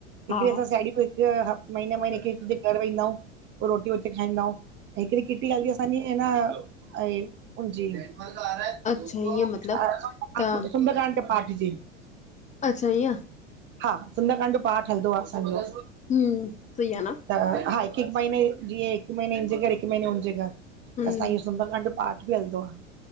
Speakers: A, on the right; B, on the left.
A: हिकिड़ी
B: हा
A: असां साड़ियूं हिकु महीने महीने कि घर वेंदा आउ पोइ रोटी हुते खाईंदाऊ ऐं हिकिड़ी किटी असांजी आहे न जी <unintelligible>
B: अच्छा ईअं मतिलबु त अच्छा इअं।
A: हा सुंदकांड पाठ हलंदो आहे असांजो
B: हम्म सही आहे न
A: त हा हिकु हिकु महीने जीअं हिक महीने हिनजे घर हिक महीने हुनजे घर त
B: हम्म
A: असां इहो सुंदरकांड जो पाठ बि हलंदो आहे।